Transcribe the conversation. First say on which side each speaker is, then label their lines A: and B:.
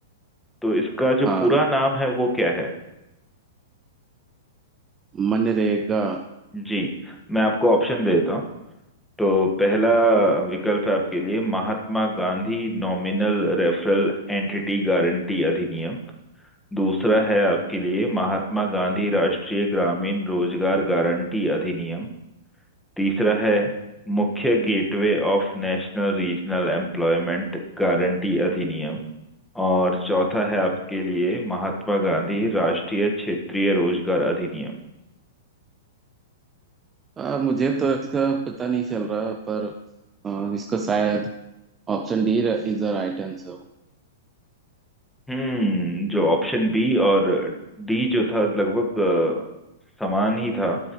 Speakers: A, in the centre; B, on the right (about 20°).
A: तो इसका जो
B: हाँ
A: पूरा नाम है वो क्या है
B: मनरेगा
A: जी मैं आपको ऑप्शन देता हूँ तो पहला विकल्प है आपके लिए Mahatma Gandhi nominal referral entity guarantee अधिनियम दूसरा है आपके लिए महात्मा गांधी राष्ट्रीय ग्रामीण रोजगार गारंटी अधिनियम तीसरा है मुख्य gateway of national regional employment guarantee अधिनियम और चौथा है आपके लिए महात्मा गांधी राष्ट्रीय क्षेत्रीय रोजगार अधिनियम
B: आ, मुझे तो इसका पता नहीं चल रहा पर आ, इसका शायद option D is the right answer
A: हम्म जो ऑप्शन बी और डी जो था लगभग अ, समान ही था